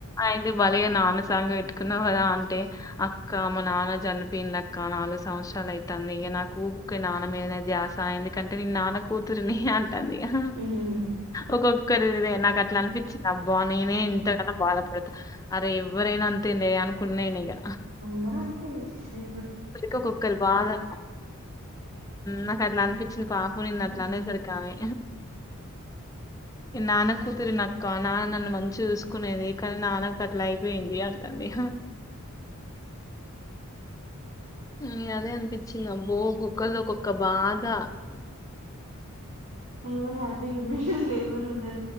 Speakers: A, on the left; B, on the right.
A: అయితే బలేగా నాన్న సాంగ్ పెట్టుకున్నావు కదా అంటే అక్క మ నాన్న చనిపోయిండు అక్క నాలుగు సంవత్సరాలు అయితంది ఇక నాకు ఊకే నాన్న మీదనే ధ్యాస ఎందుకంటే నే నాన్న కూతురిని అంటంది ఇగ
B: ఉమ్, ఉమ్,
A: ఒక్కొక్కరిదే నాకు అట్లా అనిపిచింది అబ్బా నేనే
B: ఉమ్.
A: ఇంతగాన్నా బాధపడతా అరే ఎవ్వరైనా అంతేలే అనుకున్నాను ఇక
B: అందరు అంత మీ
A: చక్క కుక్కర్ బాగా నాకు అట్లా అనిపించింది పాప నిన్ను అట్లా
B: ఉమ్
A: అనేసరికి ఆమె
B: <inaudible>
A: నాన్న కూతురి నక్క నాన్న నన్ను మంచి చూసుకునేది కానీ నాన్నకు అట్లా అయిపోయింది అ ఇహ మ్ అదే అనిపిచ్చింది. అబ్బో ఒక్కొక్కల్ది ఒక్కో బా ద.
B: ఎవ్వరు హ్యాపీగా ఉండనోళ్ళు ఎవ్వరు ఉండరు.